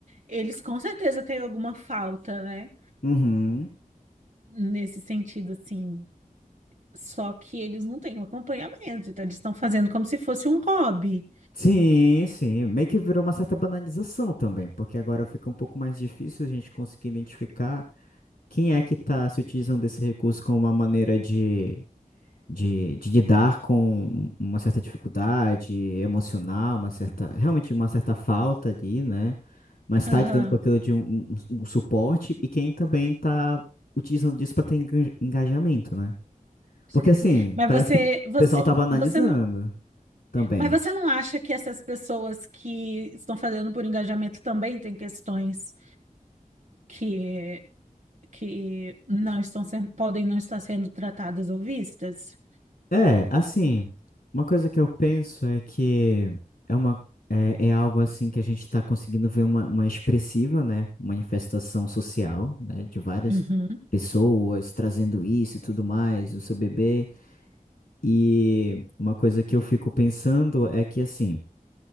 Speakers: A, on the right; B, on the left.
A: eles com certeza têm alguma falta, né?
B: Uhum.
A: Nesse sentido, assim. Só que eles não têm um acompanhamento, então eles estão fazendo como se fosse um hobby.
B: Sim, sim. Meio que virou uma certa banalização também, porque agora fica um pouco mais difícil a gente conseguir identificar quem é que está se utilizando desse recurso como uma maneira de de, de lidar com uma certa dificuldade emocional, uma certa, realmente uma certa falta ali, né? Mas está
A: Aham,
B: lidando com aquilo de um, um- um um suporte e quem também está utilizando disso para ter enga- engajamento, né?
A: sei.
B: Porque assim,
A: Mas
B: parece
A: você,
B: que o
A: você,
B: pessoal tá banalizando
A: você, não-
B: também.
A: mas você não acha que essas pessoas que estão fazendo por engajamento também têm questões que, que não estão sendo, podem não estar sendo tratadas ou vistas?
B: É, assim, uma coisa que eu penso é que é uma é, é algo assim que a gente está conseguindo ver uma, uma expressiva, né, manifestação social, né, de várias
A: Uhum,
B: pessoas trazendo isso e tudo mais, o seu bebê. E uma coisa que eu fico pensando é que assim